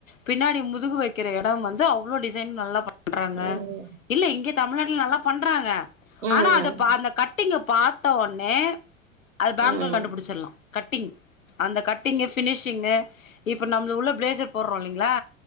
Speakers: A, on the left; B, on the right.
A: பின்னாடி முதுகு வைக்கிற இடோ வந்து அவ்ளோ டிஸ் சைன் நல்லா பண் பண்றாங்க
B: ம்
A: இல்ல இங்க தமிழ்நாட்ல நல்லா பண்றாங்க
B: ம்
A: ஆனா அதப்பா அந்த கட் ட்டிங்க பாத்த ஒன்னே அது பெங்களூர்
B: ம்
A: கண்டுபுடுச்சடலா கட்டிங் அந்த கட்டிங்கு பினிஷிங்கு இப்ப நம்மள உள்ள பிளேசர் போடுறோ இல்லைங்ளா